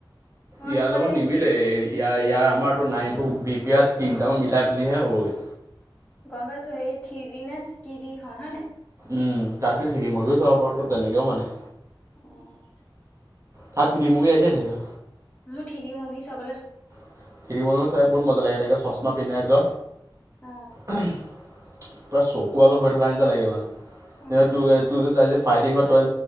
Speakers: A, on the left; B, on the right.
A: অ',
B: য়াৰ
A: সেইখন
B: লগত
A: সেই
B: নিমিলে
A: থ্ৰী
B: ইয়াৰ, ইয়াৰ আমাৰতো <unintelligible> তিনিটামান মিলাই পেলিহে হ'বগৈ
A: গম পাইছো, সেই থিৰিজিনে চিদি হয় ন
B: উম তাতে থ্ৰিদি মুডতচাব পাৰো তো তেনেকেও মানে
A: অ',
B: চাত থি মি আহছে থাক <unintelligible>
A: ম ঠৰি ম বি চবলৈ <unintelligible>
B: <unintelligible> চাই বহুত মজা লাগে এনেকৈ চশমা পিন্ধা
A: অ',
B: পুৰা চকু আগৰ হৈ থকা নি লাগে মানে
A: উম,
B: তোৰ
A: মোক
B: তোৰ যে তাই যে ফাইটিঙত